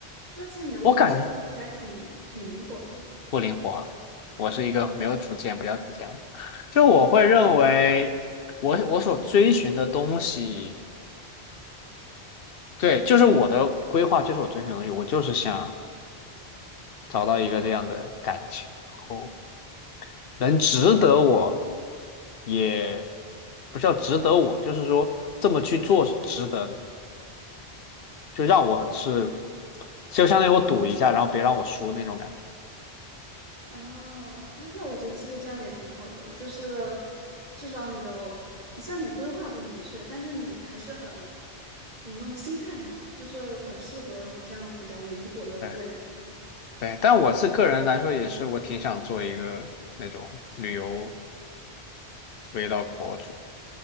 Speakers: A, on the right; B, on the left.
A: 那其实你的未来计划其实还挺挺灵活的。
B: 我感觉不灵活，我是一个没有主见，不叫主见，就我会认为我我所追寻的东西，对，就是我的规划，就是我追寻的东西，我就是想。找到一个这样的感情，然后能值得我，也不叫值得我，就是说这么去做是值得的，就让我是，就相当于我赌一下，然后别让我输那种感觉。
A: 哦，啊，那我觉得其实这样也挺好的，就是至少你的虽然你规划不明确，但是你还是很怎么说呢，心态很好，就是很适合你这样比较灵活的未来计划
B: 对对，但我是个人来说，也是我挺想做一个那种旅游 vlog 博主，